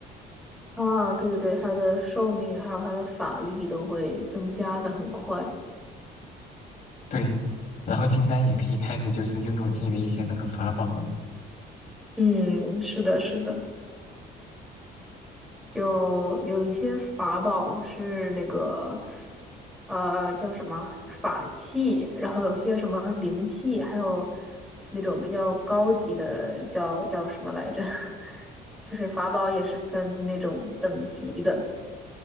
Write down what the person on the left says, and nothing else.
对，然后金丹也可以开始就是拥有自己的一些那个法宝了，